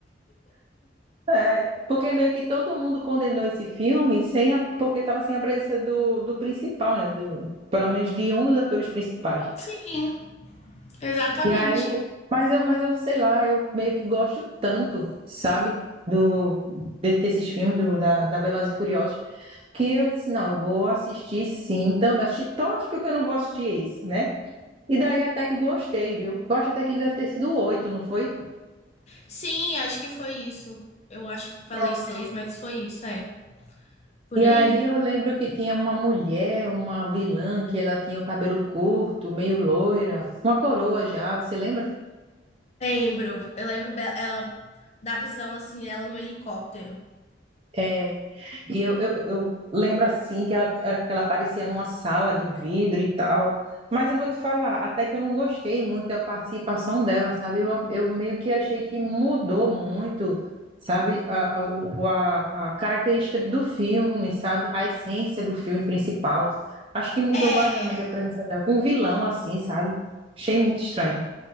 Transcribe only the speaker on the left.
Sim, exatamente.
Sim, acho que foi isso. Eu acho que falei
seis, mas foi isso, é. Por
aí.
Lembro. Eu lembro be- ela da visão assim, ela no helicóptero.
É,